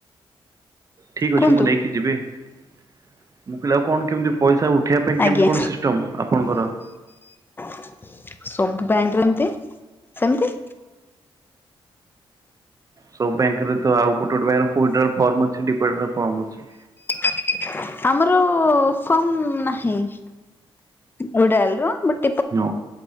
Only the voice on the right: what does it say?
ଠିକ୍ ଅଛି
ମୁଁ ନେଇକି ଯିବି ମୁଁ କହିଲି ଆଉ କଣ କେମିତି ପଇସା ଉ ପଠେଇବା ପାଇଁ
କେମିତି କଣ ସିଷ୍ଟମ୍ ଆପଣଙ୍କର?
ସବୁ ବ୍ୟାଙ୍କ୍ ରେ ତ ଆଉ ଗୋଟେ ଗୋଟେ ବ୍ୟାଙ୍କ୍ ରେ ଫୁଲ୍ ଲକ୍ ଫର୍ମ ଅଛି ଡିପୋଜିଟ୍ ଫର୍ମ ଅଛି।
ନୋ